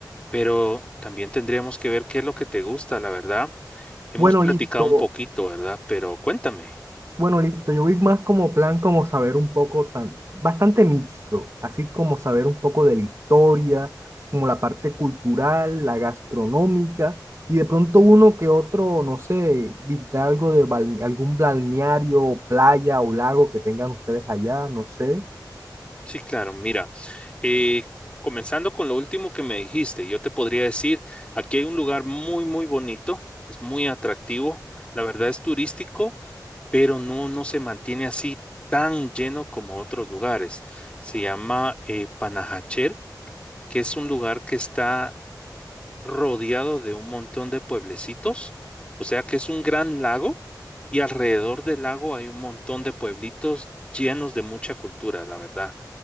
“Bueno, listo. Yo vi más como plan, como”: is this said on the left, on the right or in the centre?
Right